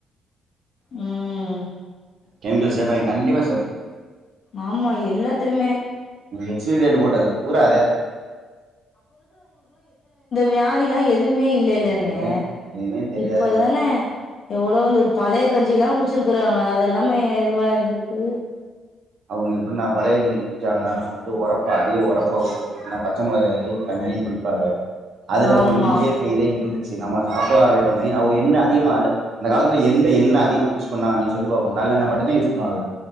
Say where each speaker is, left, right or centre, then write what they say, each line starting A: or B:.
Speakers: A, on the left; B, on the right.
A: ம்
B: கெமிக்கல் சேப்பாங்க கண்டிப்பா சேப்
A: ஆமா எல்லாத்துலுமே
B: எக்ஸ்பரி டேட் போட்ட பூரா அதே
A: வியாதிலா எது எதுவுமே இல்லல்லன்னு
B: எதுவுமே எதுவுமே தெரியாது
A: இப்பதானே
B: எதுவுமே பண்ணாது
A: எவ்வளவு வந்து பழைய கஞ்சில்லா குடிச்சிருக்குறாங்க அதெல்லாமே இதுவா இருந்துக்கு
B: அவங்க எப்படின்னா பழைய கஞ்சி குடிச்சாங்கன்னா நம்ம வந்து ஒரப்பு அதே ஒரப்பு அவன்னா பச்சை மிளகாயையு கஞ்சியு குடிப்பாங்க அதுல
A: ஆமா
B: வந்து இயற்கை இதே இருந்து சரி நம்ம சாப்பாடுறப்ப மய எண்ணய அதிகமா அந்த அந்த கால எந்த எண்ணெ அதிகமா யூஸ் பண்ணா நீ சொல்லுபாப்போ நல்லெண்ணெ மட்டுதா யூஸ் பண்ணுவாவ